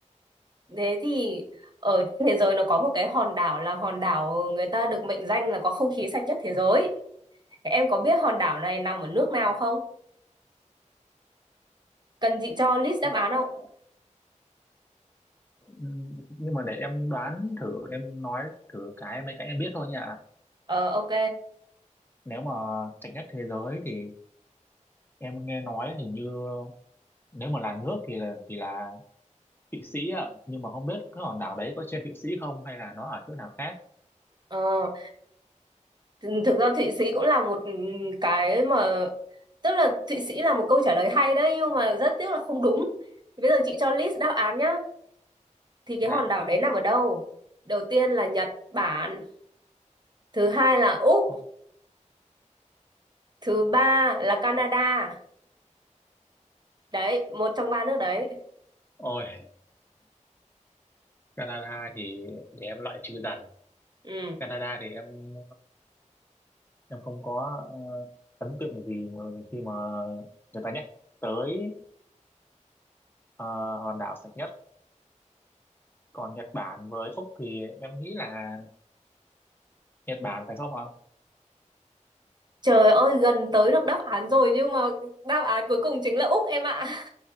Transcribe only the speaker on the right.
Thế thì ở trên thế giới nó có một cái hòn đảo là hòn đảo người ta được mệnh danh là có không khí sạch nhất thế giới. Thế em có biết hòn đảo này nằm ở nước nào không? Cần chị cho list đáp
án không?
Ờ ok.
Ờ, th- thực ra Thụy Sĩ cũng là một ừm, cái mà tức là Thụy Sĩ là một câu trả lời hay đấy nhưng mà rất tiếc là không đúng. Thì Bây giờ chị cho list đáp án nhá. Thì cái
hòn đảo đấy nằm ở đâu? Đầu tiên là Nhật Bản, thứ hai là Úc, thứ ba là Canada. Đấy, một trong ba nước đấy.
Ừ.
Trời ơi, gần tới được đáp án rồi nhưng mà đáp án cuối cùng chính là Úc em ạ.